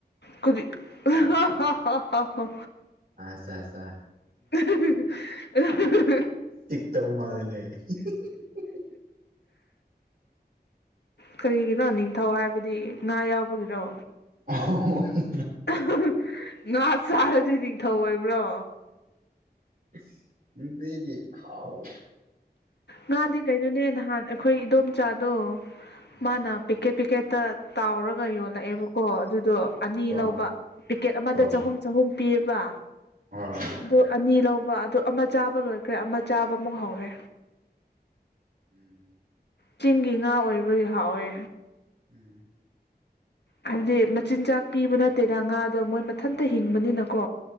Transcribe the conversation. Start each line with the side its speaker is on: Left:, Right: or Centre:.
Left: ꯀꯔꯤ ꯍꯥ ꯍꯥ ꯍꯥ ꯍꯥ ꯍꯥ
Right: ꯑꯠꯆꯥ ꯑꯠꯆꯥ
Left: ꯑꯍꯤ ꯍꯤ ꯍꯤ ꯑꯍꯤ ꯍꯤ
Right: ꯄꯤꯛ ꯇꯧ ꯃꯥꯜꯂꯦꯅꯦ ꯍꯤ ꯍꯤ ꯍꯤ ꯍꯤ
Left: ꯀꯔꯤꯒꯤꯅꯣ ꯅꯤꯡꯊꯧ ꯍꯥꯏꯕꯗꯤ ꯉꯥ ꯌꯥꯎꯕꯒꯤꯔꯣ
Right: ꯑꯍ ꯍ ꯍꯨ ꯍꯨꯝ
Left: ꯑꯍ ꯍꯥ ꯉꯥ ꯆꯥꯔꯗꯤ ꯅꯤꯡꯊꯧ ꯑꯣꯏꯕ꯭ꯔꯣ
Right: ꯏꯁ ꯅꯨꯄꯤꯒꯤ ꯍꯥꯎꯕ
Left: ꯉꯥꯗꯤ ꯀꯩꯅꯣꯅꯦ ꯅꯍꯥꯟ ꯑꯩꯈꯣꯏ ꯏꯗꯣꯝꯆꯥꯗꯣ
Right: ꯎꯝ
Left: ꯃꯥꯅ ꯄꯤꯛꯀꯦꯠ ꯄꯤꯛꯀꯦꯠꯇ ꯇꯥꯎꯔꯒ ꯌꯣꯜꯂꯛꯑꯦꯕꯀꯣ ꯑꯗꯨꯗꯣ ꯑꯅꯤ
Right: ꯑꯣ
Left: ꯂꯧꯕ ꯄꯤꯛꯀꯦꯠ ꯑꯃꯗ
Right: ꯑꯣ
Left: ꯆꯍꯨꯝ ꯆꯍꯨꯝ ꯄꯤꯌꯦꯕ
Right: ꯑꯣ
Left: ꯑꯗꯣ ꯑꯅꯤ ꯂꯧ ꯕꯥ ꯑꯗꯣ ꯑꯃ ꯆꯥꯕ ꯂꯣꯏꯈ꯭ꯔꯦ ꯑꯃ ꯆꯥꯕꯃꯨꯛ ꯍꯧꯔꯦ
Right: ꯎꯝ
Left: ꯆꯤꯡꯒꯤ ꯉꯥ ꯑꯣꯏꯕꯩ ꯍꯥꯎꯋꯦ
Right: <unintelligible>
Left: ꯍꯥꯏꯕꯗꯤ ꯃꯆꯤꯟꯖꯥꯛ ꯄꯤꯕ ꯅꯠꯇꯦꯗꯥ ꯉꯥꯗꯣ ꯃꯣꯏ ꯃꯠ ꯊꯟꯇ ꯍꯤꯡꯕꯅꯤꯅꯀꯣ